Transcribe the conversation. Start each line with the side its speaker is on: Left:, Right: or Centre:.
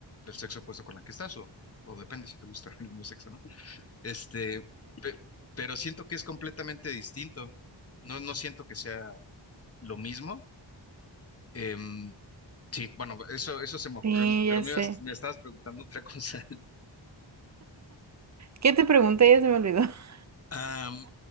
Left: del sexo opuesto con la que estás, o, o depende si te gusta <laughs> el mismo sexo, ¿no? Este, pe- pero siento que es completamente distinto. No, no siento que sea lo mismo. Em, sí, bueno, eso, eso se me ocurrió,
Right: Sí,
Left: pero
Right: ya
Left: me
Right: sé.
Left: ibas- me estabas preguntando otra cosa. <laughs>
Right: ¿Qué te pregunté? Ya se me olvidó. <laughs>
Left: Am,